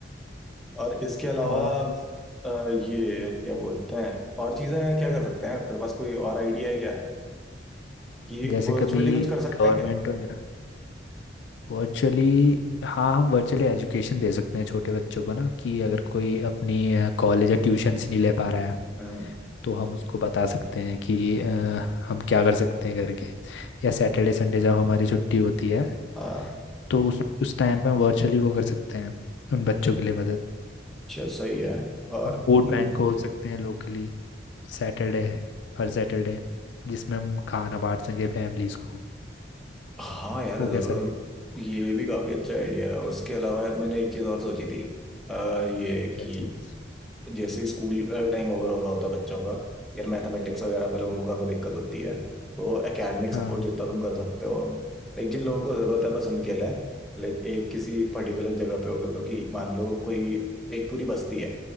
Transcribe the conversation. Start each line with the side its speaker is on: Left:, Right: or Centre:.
Centre: और इसके अलावा
Left: और
Centre: अ, ये क्या बोलते हैं और चीजें क्या कर सकते हैं तेरे पास कोई और आइडिया है क्या कि
Left: जैसे
Centre: वर्चुअली
Left: कभी
Centre: कुछ कर सकते
Left: गवर्नमेंट
Centre: हैं क्या
Left: वगैरह वर्चुअली हाँ हम वर्चुअली एजुकेशन दे सकते हैं छोटे बच्चों को ना कि अगर कोई अपनी कॉलेज या ट्यूशन्स नहीं ले पा रहा है
Centre: हाँ
Left: तो हम उसको बता सकते हैं कि अ, हम क्या कर सकते हैं करके या सैटरडे संडे जब हमारी छुट्टी होती है
Centre: हाँ,
Left: तो उस उस टाइम पे हम वर्चुअली वो कर सकते हैं उन बच्चों के लिए मदद
Centre: अच्छा सही है और
Left: फूड
Centre: म,
Left: बैंक खोल सकते हैं लोकली सैटरडे है हर सैटरडे जिसमें हम खाना बांट सकें फैमिलीज को
Centre: हाँ यार
Left: वो
Centre: जरूर
Left: कैसा रहेगा
Centre: ये भी काफी अच्छा आइडिया है उसके अलावा मैंने एक चीज और सोची थी अ, ये
Left: क्या
Centre: कि
Left: चीज़
Centre: जैसे स्कूल टाइम ओवर हो रहा होता है बच्चों का यार मैथमेटिक्स वगैरह पे लोगों को काफी दिक्कत होती है तो एकेडमिक
Left: हाँ
Centre: सपोर्ट जितना तुम कर सकते हो लाइक जिन लोगों को जरूरत है बस उनके लिए लाइक एक किसी पर्टिकुलर जगह पे वो कर लो कि मान लो कोई एक पूरी बस्ती है